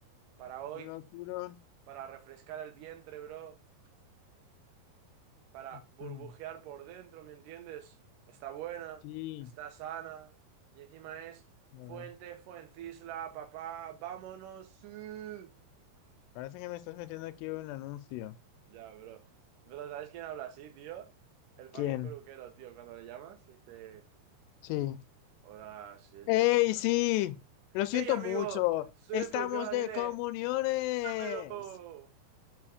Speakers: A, on the right; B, on the left.
A: para hoy,
B: locurón.
A: para refrescar el vientre, bro, para
B: Ujú.
A: burbujear por dentro, ¿me entiendes? Está buena,
B: Sí,
A: está sana, y encima es
B: a
A: Fuente,
B: ver.
A: Fuencisla, papá, vámonos. sí.
B: Parece que me estás metiendo aquí un anuncio.
A: Ya, bro. Pero ¿sabes quién habla así, tío? El fucking
B: ¿Quién?
A: peluquero, tío. Cuando le llamas, dice,
B: Sí.
A: hola, sí, el
B: ¡Ey,
A: peluquero.
B: sí! Lo siento
A: ¡Hey, amigo!
B: mucho.
A: Soy
B: Estamos
A: el peluquero Daniele.
B: de comuniones.
A: ¡Cuéntamelo!